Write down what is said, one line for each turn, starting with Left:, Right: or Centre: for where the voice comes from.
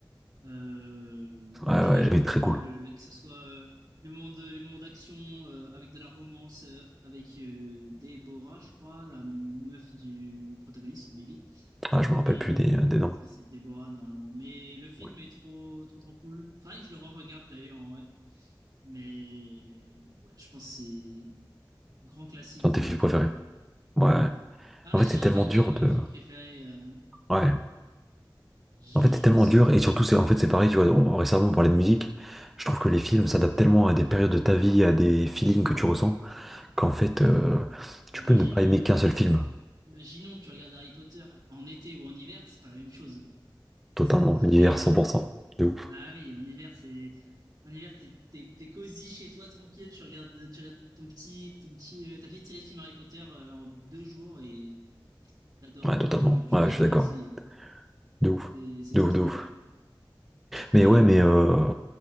Right: Euh, le
Centre: Ouais,
Right: film
Centre: ouais,
Right: est
Centre: j'avais
Right: trop cool,
Centre: très cool.
Right: le- le- que ce soit euh, les moments de, les moments d'action euh, avec de la romance, euh, avec euh, Deborah, je crois, la meuf du protagoniste de Baby.
Centre: Ah, je me rappelle
Right: Mais
Centre: plus des, euh, des noms.
Right: si, c'est Deborah normalement. Mais le film
Centre: C'est
Right: est trop, trop, trop cool. Faudrait que je le re-regarde d'ailleurs, ouais Mais ouais, je pense que c'est grand classique.
Centre: un de
Right: Moi,
Centre: tes films
Right: j'aime trop.
Centre: préférés. Ouais.
Right: Après,
Centre: En fait,
Right: je saurais
Centre: c'est tellement
Right: pas dire
Centre: dur
Right: ouais,
Centre: de.
Right: film préféré. euh,
Centre: Ouais.
Right: j'en
Centre: En fait, c'est tellement
Right: sou-
Centre: dur. Et surtout, c'est en fait, c'est pareil, tu vois. on- récemment, on parlait de musique. Je trouve que les films s'adaptent tellement à des périodes de ta vie, à des feelings
Right: clairement.
Centre: que tu ressens, qu'en fait, euh,
Right: Bah,
Centre: tu
Right: imaginons,
Centre: peux ne pas aimer
Right: euh,
Centre: qu'un seul film.
Right: imaginons que tu regardes Harry Potter en été ou en hiver, c'est pas la même chose.
Centre: Totalement.
Right: Ça a rien
Centre: L'hiver,
Right: à
Centre: 100%.
Right: voir.
Centre: De ouf.
Right: Bah oui, en hiver, c'est en hiver, t'es t'es t'es cosy chez toi, tranquille. Tu regardes, tu regardes ton petit ton petit euh, tapis de série de films Harry Potter euh, en deux jours et t'adores.
Centre: Ouais, totalement.
Right: Juste, tu, tu
Centre: Ouais, je suis
Right: apprécies.
Centre: d'accord. De ouf.
Right: C'est c'est
Centre: De
Right: trop
Centre: ouf,
Right: trop
Centre: de ouf.
Right: bien. Euh,
Centre: Mais ouais, mais, euh,